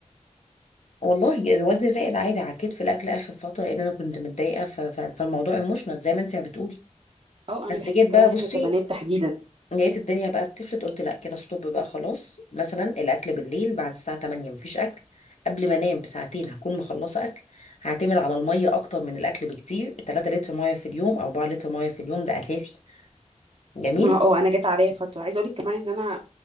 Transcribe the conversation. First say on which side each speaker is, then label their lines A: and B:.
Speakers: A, on the left; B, on the right.
A: والله وزني زايد عادي عكيت في الاكل اخر فتره لان انا كنت متضايقه ف... ف... فالموضوع ايموشنال زي ما انت بتقولي
B: اه
A: بس
B: انا بحس
A: جيت
B: كمان
A: بقى
B: احنا
A: بصي
B: كبنات تحديدا
A: لقيت الدنيا بقى بتفلت قلت لا كده ستوب بقى خلاص مثلا الاكل بالليل بعد الساعه 8 مفيش اكل قبل ما انام بساعتين هكون مخلصه اكل هعتمد على الميه اكتر من الاكل بكتير 3 لتر ميه في اليوم او 4 لتر ميه في اليوم ده اساسي جميل
B: ما اه انا جت عليا فتره عايزه اقول لك كمان ان انا